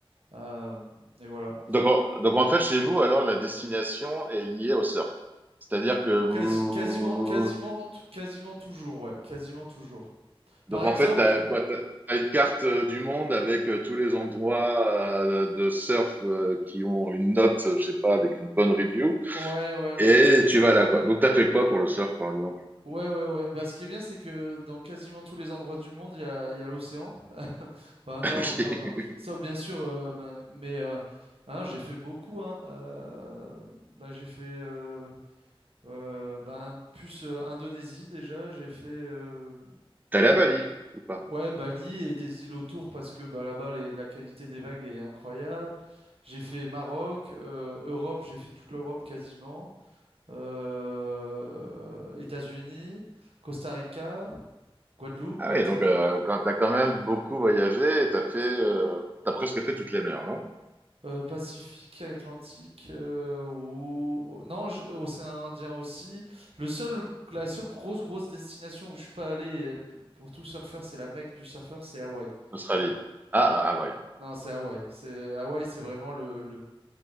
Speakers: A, on the right; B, on the right.
A: euh, et voilà.
B: Donc, en, donc, en fait, chez vous, alors, la destination est liée au surf. C'est-à-dire que vous...
A: Quasi- quasiment, quasiment, t- quasiment toujours, ouais, quasiment toujours.
B: Donc,
A: Par
B: en
A: exemple,
B: fait, t'as, quoi, t'as- t'as une carte euh, du monde avec euh, tous les endroits euh, de surf euh, qui ont une note, euh, je sais pas, avec une bonne review.
A: ouais, ouais,
B: Et
A: o-
B: tu vas là, quoi. Donc, t'as fait quoi pour le surf, par exemple?
A: ouais, ouais, ouais. Bah, ce qui est bien, c'est que dans quasiment tous les endroits du monde, il y a, il y a l'océan. <laughs> Enfin, non,
B: <laughs>
A: non, non. Sauf bien sûr, euh, ma- mais euh, hein, j'ai fait beaucoup, hein. Euh, bah, j'ai fait euh, euh, bah, un- plus euh, Indonésie déjà. J'ai fait. euh,
B: T'es allé à Bali ou pas?
A: Ouais, Bali et des îles autour parce que bah, là-bas, les- la qualité des vagues est incroyable. J'ai fait Maroc, euh, Europe, j'ai fait toute l'Europe quasiment. euh, États-Unis, Costa Rica, Guadeloupe,
B: Ah
A: Martinique,
B: oui, donc euh, quand t'as quand même beaucoup voyagé, t'as fait, euh, t'as presque fait toutes les mers, non?
A: euh, Pacifique, Atlantique, euh, ou... ou- non, j- Océan Indien aussi. Le seul, la seule grosse, grosse destination où je suis pas allé euh, pour tout surfeur, c'est la Mecque du surfeur, c'est Hawaï.
B: Australie.
A: Voilà.
B: Ah, ah ah ouais,
A: Non, c'est Hawaï. C'est Hawaï, c'est vraiment le, le-